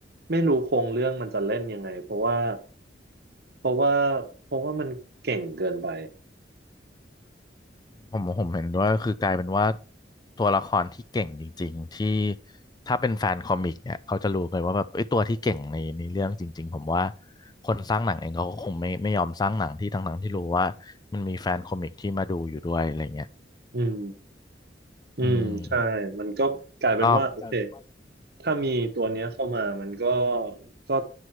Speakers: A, on the right; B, on the left.
A: ไม่รู้โครงเรื่องมันจะเล่นยังไง เพราะว่าเพราะว่าเพราะว่ามันเก่งเกินไป
B: ผมผมเห็นด้วยคือกลายเป็นว่าตัวละครที่เก่งจริงๆที่ถ้าเป็นแฟนคอมิกเนี่ยเขาจะรู้เลยว่าแบบไอ้ยตัวที่เก่งในในเรื่องจริงๆผมว่าคนสร้างหนังเองเขาก็คงไม่ไม่ยอมสร้างหนังที่ทั้งๆที่รู้ว่ามันมีแฟนคอมิกที่มาดูอยู่ด้วยอะไรเงี้ย
A: อืมอืมใช่มันก็กลายเป็นว่าโอเค
B: อืมก็กลายเป็นว่า
A: ถ้ามีตัวเนี้ยเข้ามามันก็ก็